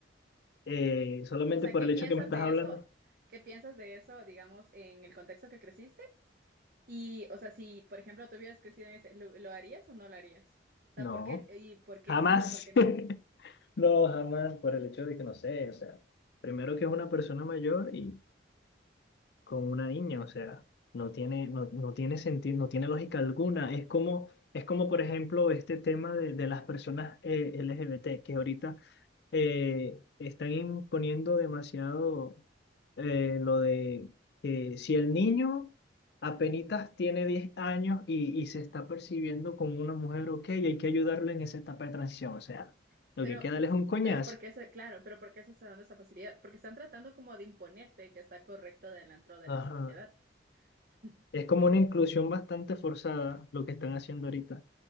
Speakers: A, on the left; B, on the right.
A: eh, solamente
B: O sea,
A: por
B: ¿qué
A: el
B: piensas
A: hecho que me estás
B: de
A: hablando,
B: eso? ¿Qué piensas de eso, digamos, en el contexto que creciste? Y, o sea, si, por ejemplo, tú hubieras crecido en ese, ¿lo, lo harías o no lo harías? O sea,
A: no,
B: ¿por qué, y por qué
A: jamás.
B: sí o por qué no?
A: <laughs> No, jamás, por el hecho de que no sé, o sea, primero que es una persona mayor y con una niña, o sea, no tiene, no, no tiene sentido, no tiene lógica alguna. Es como, es como, por ejemplo, este tema de, de las personas eh, LGBT que ahorita eh, están imponiendo demasiado eh, lo de que si el niño apenitas tiene 10 años y, y se está percibiendo como una mujer, ok, hay que ayudarle en esa etapa de transición, o sea, lo
B: Pero,
A: que queda es un coñazo.
B: pero porque se, claro, pero ¿por qué se está dando esa facilidad? Porque están tratando como de imponerte que está correcto dentro de
A: Ajá.
B: la sociedad. <laughs>
A: Es como una inclusión bastante forzada lo que están haciendo ahorita.